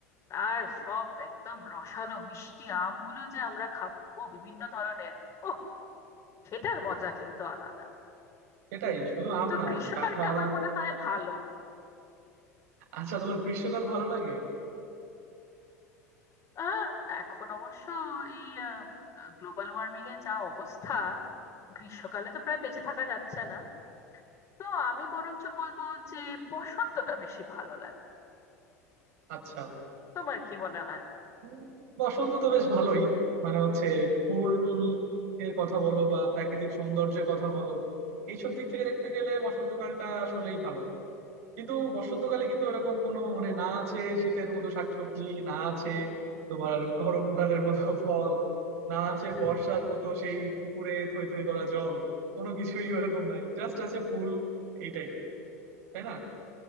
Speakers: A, on the left; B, on the right.
A: তার সব একদম রসালো মিষ্টি আমগুলো যে আমরা খাবো বিভিন্ন ধরনের ওহ সেটার মজা কিন্তু আলাদা
B: এটাই শুধু আম
A: তো
B: না
A: গ্রীষ্মকালটা
B: কাঁঠাল
A: আমার মনে হয় ভালো
B: আচ্ছা তোমার গ্রীষ্মকাল ভালো লাগে
A: আহ, এখন অবশ্য এই গ্লোবাল ওয়ার্মিং এর যা অবস্থা গ্রীষ্মকালে তো প্রায় বেঁচে থাকা যাচ্ছে না তো আমি বরঞ্চ বলবো যে বসন্তটা বেশি ভালো লাগে
B: আচ্ছা
A: তোমার কি মনে হয়
B: উম, বসন্ত তো বেশ ভালোই মানে হচ্ছে ফুল টুল এর কথা বলো বা প্রাকৃতিক সৌন্দর্যের কথা বলো এইসব দিক থেকে দেখতে গেলে বসন্তকালটা আসলেই ভালো কিন্তু বসন্তকালে কিন্তু ওরকম কোনো মানে না আছে শীতের মতো শাকসবজি না আছে তোমার গরমকালের মতো <laughs> ফল না আছে
A: হুম।
B: বর্ষার মতো সেই পুকুরে থই থই করা জল কোনো কিছুই ওরকম নাই জাস্ট আছে ফুল এইটাই তাই না